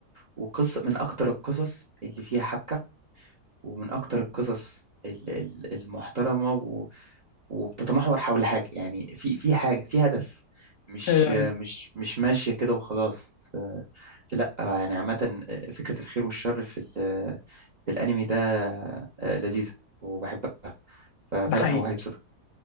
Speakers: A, on the right; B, on the left.
A: وقصة من اكتر القصص اللي فيها حبكة ومن اكتر القصص ال- ال- المحترمة و- وبتتمحور حول حاجة يعني في في حاجة في هدف مش
B: ايوه
A: مش
B: ايوه
A: مش ماشية كده وخلاص لا يعني عامة فكرة الخير والشر في ال- في الأنمي ده لذيذة وبحبها ف- فلا
B: ده حقيقي
A: هو هيبسطك